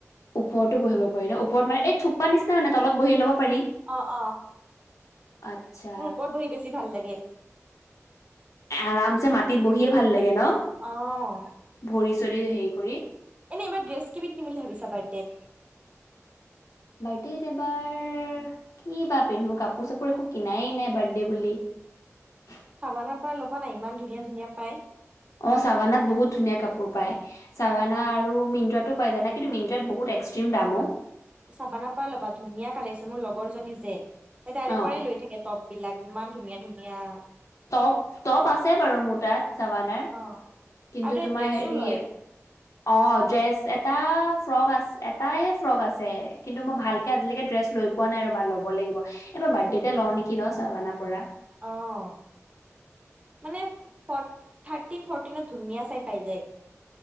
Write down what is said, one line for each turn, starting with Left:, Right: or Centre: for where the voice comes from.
Left: ওপৰতো বহিব পাৰি ন ওপৰ মানে থোপা নিচিনা মানে তলত বহি লব- পাৰি
Right: অহ অহ
Left: আচ্ছা
Right: মোৰ ওপৰত বহি বেছি ভাল লাগে-
Left: আৰামছে মাটিত বহিয়ে ভাল লাগে ন
Right: অহ।
Left: ভৰি চৰি হেৰি কৰি
Right: এনে এইবাৰ ড্ৰেছ কি পিন্ধিম বুলি ভাবিছা বাৰ্থডেত?
Left: বাৰ্থডে এবাৰ কি বা পিন্ধো কাপোৰ চাপোৰ একো কিনাই নাই বাৰ্থডে বুলি। <unintelligible>
Right: চাবানাৰ পৰা ল'বা না ইমান ধুনীয়া ধুনীয়া পাই।
Left: অ চাৱানাত বহুত ধুনীয়া কাপোৰ পায় চাৱানা আৰু মিন্ত্ৰাতটো পাই জানা কিন্তু মিন্ত্ৰাত বহুত এক্সট্ৰিম দামো অ।
Right: চাবানা পা ল'বা ধুনীয়া কালেকচন মোৰ লগৰ জনী যে তাৰে
Left: অ
Right: পৰাই লৈ থাকে টপ বিলাক ইমান ধুনীয়া ধুনীয়া।
Left: টপ টপ আছে বাৰু মোৰ তাত চাৱানাৰ।
Right: অ
Left: কিন্তু
Right: আৰু তাই
Left: তোমাৰ
Right: ড্ৰেছো
Left: হেৰি
Right: লয়
Left: অ ড্ৰেছ এটা ফ্ৰক আ এটাইে ফ্ৰক আছে কিন্তু মই ভালকে আজিলকে ড্ৰেছ লৈ লৈ পোৱা নাই আৰু বা লব লাগিব, এই বাৰ্থডেতে লওঁ নেকি চবানা পৰা।
Right: অহ। মানে থাৰ্টিন ফৰ্টিনত ধুনীয়া চাই পাই যায়।